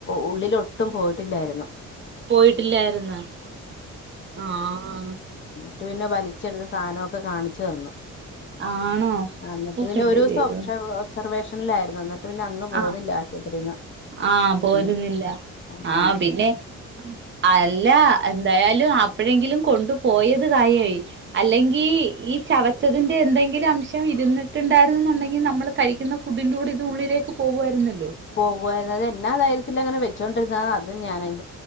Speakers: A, on the left; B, on the right.
A: ഉള്ളിലൊട്ടും പോയി ട്ടില്ലാരുന്നു.
B: പോയിട്ടില്ലാരുന്നാ ആഹ്
A: റ്റു പിന്നെ വലിച്ചെടുത്ത സാധനവൊക്കെ കാണിച്ച് തന്നു
B: ആണോ
A: അന്നിട്ട്
B: ഓഹ്
A: പിന്നെ
B: എന്റെ
A: ഒരു ഒരൂസം
B: ദൈവമേ
A: <unintelligible> ഒബ്സർവേഷനിലാരുന്നു എന്ന് ട്ട് പിന്നെ അന്ന് പോന്നില്ല
B: ആഹ്
A: ആശുപത്രിന്ന്
B: ആഹ് പോരുന്നില്ല
A: അന്ന് ആഹ്‌
B: ആഹ് പിന്നെ അല്ല എന്തായാ ലും അപ്പോഴെങ്കിലും കൊണ്ടു പോയത് കാര്യായി അലങ്കി ഈ ചവച്ചതിന്റെ എന്തെങ്കിലും അംശം ഇരിട്ടുണ്ടായിരുന്ന ന്നുണ്ടെങ്കിൽ നമ്മള് കഴിക്കുന്ന ഫുഡിന്റുടെ ഇത് ഉള്ളിലെ ക്ക് പോവരുന്ന
A: പോകുവാരുന്നു അതെന്ന ധൈര തിനെ അങ്ങനെ വെച്ചോണ്ടിരുന്ന അത് ഞാന